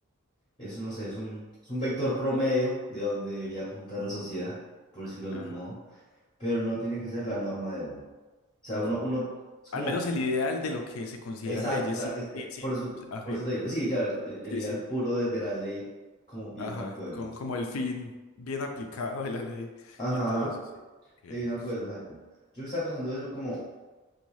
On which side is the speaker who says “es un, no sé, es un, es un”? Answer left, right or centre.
Left